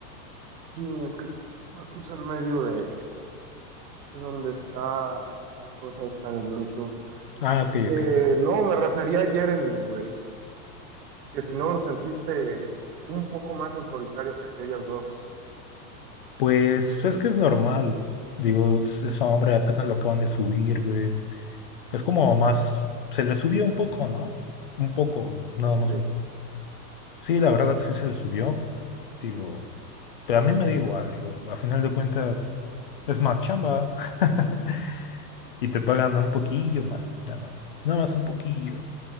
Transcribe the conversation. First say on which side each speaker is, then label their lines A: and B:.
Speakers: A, on the right (about 70°); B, on the left (about 35°).
A: es que me puse en medio de, de donde está la cosa esta de Bluetooth.
B: Ah, ok,
A: Eh,
B: ok.
A: no, me refería a Jeremy, güey, que si no lo sentiste un poco más autoritario que aquellas dos.
B: Pues es que es normal. Digo, es, es hombre, apenas lo acaban de subir, güey. Es como más... Se le subió un poco, ¿no? Un poco, nada más
A: Sí.
B: un... Sí, la verdad sí se le subió. Digo... Pero a mí me da igual, digo, a final de cuentas es más chamba <laughs> y te pagan un poquillo más, nada más, nada más un poquillo.